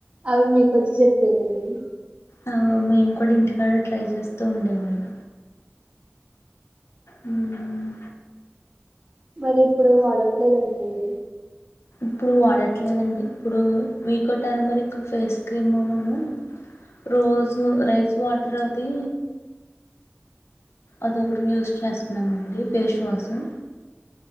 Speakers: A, on the right (about 25°); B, on the left (about 85°).
A: అవి మీకుచ్ చెప్ లేదండి
B: ఆ మేము కూడా ఇంటికాడ ట్రై చేస్తాం తో ఉండేవాళ్ళ ము హ్మ్
A: మరి ఇప్పుడు వాడట్లేదండి అది
B: ఇప్పుడు వాడట్లేదండి ఇప్పుడు వీకో టరమరిక్ ఫేస్ క్రీమ్ ను రోజు రైస్ వాట్ ఇ అది అదొటి యూస్ చేస్తున్నామ అండి ఫేస్ వాష్ ఆ